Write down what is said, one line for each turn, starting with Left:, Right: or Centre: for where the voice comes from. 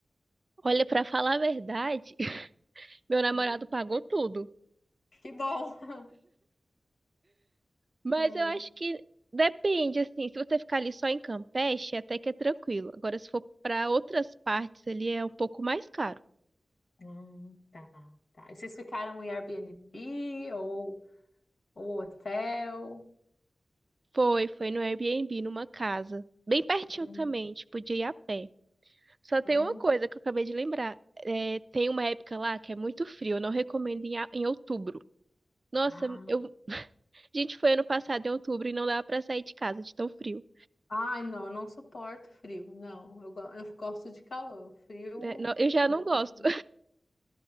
Right: Olha, pra falar a verdade, <laughs> meu namorado
Left: Hum.
Right: pagou tudo.
Left: Que bom! <laughs>
Right: Mas
Left: Hum,
Right: eu acho que depende, assim, se você ficar ali só em Campeche, até que é tranquilo. Agora, se for pra outras partes ali, é um pouco mais caro.
Left: hum, tá, tá. E vocês ficaram em Airbnb ou, ou hotel?
Right: Foi, foi no Airbnb, numa casa. Bem pertinho
Left: Hum,
Right: também, tipo, podia ir a pé. Só tem
Left: ah,
Right: uma coisa que eu acabei de lembrar. É, tem uma época lá que é muito frio, eu não recomendo em, a- em outubro. Nossa,
Left: ah.
Right: eu, a gente foi ano passado em outubro e não dava pra sair de casa de tão frio.
Left: Ai, não, não suporto frio, não. Eu, go- eu gosto de calor. Frio,
Right: né? Não- eu já
Left: não.
Right: não gosto.